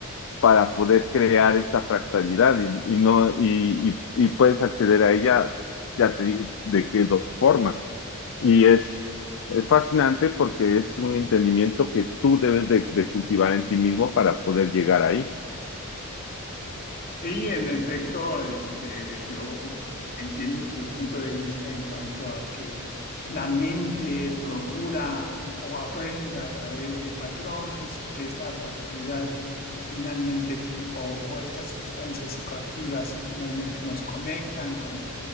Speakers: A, on the left; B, on the left.
A: para poder crear esta fractalidad y, y no y, y, y, puedes acceder a ella, ya te dije de qué dos formas. Y es, es fascinante porque es un entendimiento que tú debes de, de cultivar en ti mismo para poder llegar ahí.
B: Sí, en efecto, este, yo entiendo tu punto de vista en cuanto a que la mente procura o aprende a través de patrones y que esta fractalidad finalmente o, o estas sustancias psicoactivas finalmente nos conectan con,